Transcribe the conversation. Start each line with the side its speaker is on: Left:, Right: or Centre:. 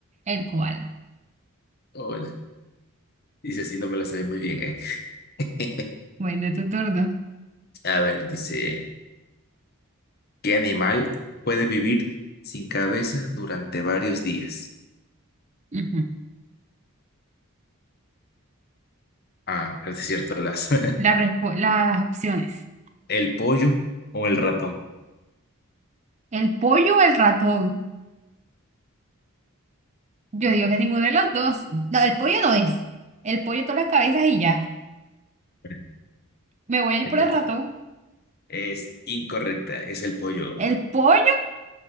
Right: El koala.
Left: Oh, bueno. Dice así, no me la sabía muy bien, ¿eh? <laughs>
Right: Bueno, tu turno.
Left: A ver, dice, ¿qué animal puede vivir sin cabeza durante varios días?
Right: Ujú.
Left: Ah, pero sí es cierto, las. <laughs>
Right: la respo- las opciones.
Left: ¿El pollo o el ratón?
Right: ¿El pollo o el ratón? Yo digo que ninguno de los dos. No, el pollo no es. El pollo todas las cabezas y ya.
Left: <laughs>
Right: Me voy a ir
Left: Entonces,
Right: por el ratón.
Left: es incorrecta, es el pollo.
Right: ¿El pollo?